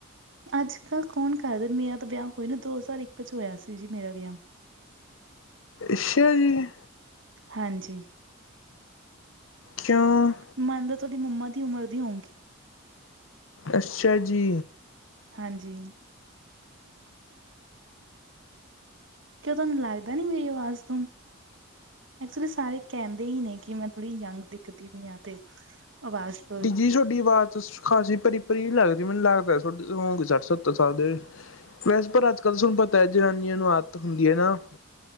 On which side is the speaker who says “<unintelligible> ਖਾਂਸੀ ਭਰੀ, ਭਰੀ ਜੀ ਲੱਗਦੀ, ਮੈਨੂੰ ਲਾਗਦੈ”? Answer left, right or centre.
Left